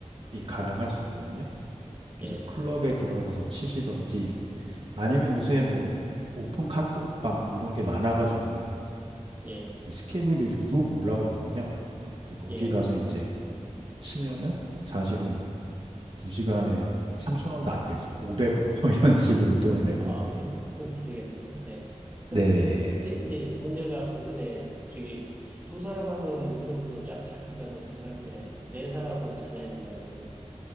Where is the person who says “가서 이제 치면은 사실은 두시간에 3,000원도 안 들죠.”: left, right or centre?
Right